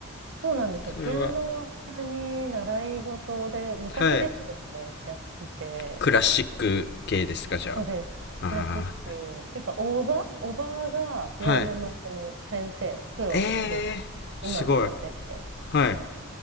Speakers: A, on the right; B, on the left.
A: そうなんですよ。
B: それは
A: ピアノは普通に習い事で、昔ですけどね、
B: はい
A: やってて、
B: クラシック系ですかじゃ
A: そうです。
B: ああ
A: クラシック。てか、おば、おばがピアノのその先生、
B: あはい
A: プロで、
B: ええー、
A: 今もやってて。
B: すごいはい。